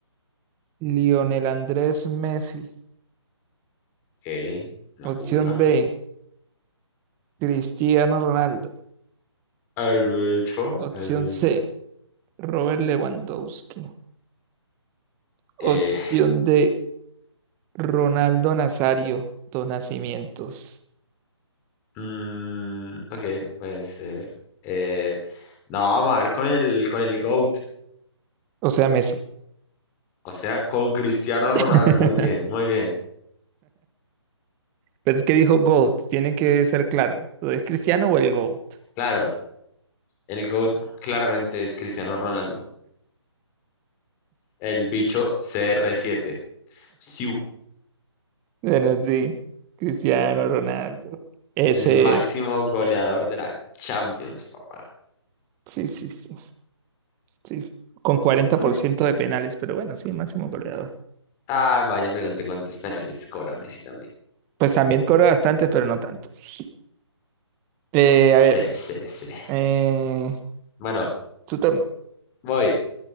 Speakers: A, on the right; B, on the left.
A: Lionel Andrés Messi.
B: Ok. Una
A: Opción
B: pulga.
A: B, Cristiano Ronaldo.
B: El bicho.
A: Opción
B: El bicho.
A: C, Robert Lewandowski. Opción
B: Eh,
A: D, Ronaldo Nazario dos Nacimientos.
B: <laughs> mm, ok, puede ser. Eh, no, vamos a ver con el, con el GOAT.
A: O sea, Messi.
B: O sea, con Cristiano Ronaldo,
A: <laughs>
B: muy bien, muy bien.
A: Pero es que dijo GOAT, tiene que ser claro. ¿Lo es Cristiano o el GOAT?
B: Claro, el GOAT claramente es Cristiano Ronaldo, el bicho CR7. Siu,
A: Bueno, sí, Cristiano Ronaldo. Ese
B: el máximo
A: es. Eh,
B: goleador de la Champions, papá.
A: Sí, sí, sí, sí. Con cuarenta
B: Bueno.
A: por ciento de penales, pero bueno, sí, máximo goleador.
B: Ah, vaya, pregunté cuántos penales cobra Messi también.
A: Pues también cobra bastante, pero no tantos. Eh, a ver,
B: Sí, sí, sí.
A: Eh,
B: Bueno,
A: su turno.
B: voy.